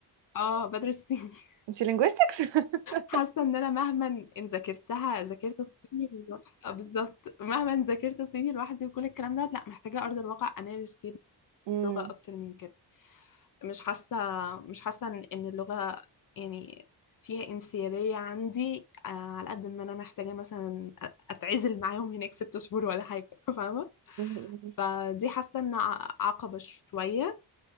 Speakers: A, on the left (about 50°); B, on the right (about 90°).
A: اه بدرس <laughs>
B: انتي linguistics <laughs>
A: حاسه ان انا مهما ان ذاكرتها ذاكرت الصيني لو- آه بالظبط مهما ان ذاكرت صيني لوحدي وكل الكلام ده لا محتاجه ارض الواقع امارس فيه
B: امم
A: اللغه اكتر من كده مش حاسه مش حاسه ان إن اللغه يعني فيها انسيابيه عندي آه، على قد ما انا محتاجه مثلا أ- اتعزل معاهم هناك ست شهور ولا حاجه <laughs> فاهمه
B: امم
A: فدي حاسه ان ع- عقبه شويه